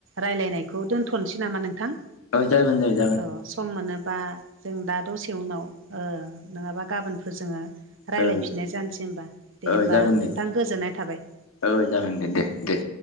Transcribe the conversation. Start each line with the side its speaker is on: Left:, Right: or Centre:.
Right: रायलायनायखौ दोन्थ'नोसै नामा नोंथां?
Left: औ जागोन जायो
Right: औ सम मोनोबा जों दा दसे उनाव नङाबा गाबोनफोर जोङो रायज्लायफिननाय
Left: औ
Right: जानोसै होनोमबा दे
Left: ओ
Right: होमबा
Left: जागोन दे
Right: नोंथां गोजोननाय थाबाय
Left: औ जागोन दे दे दे।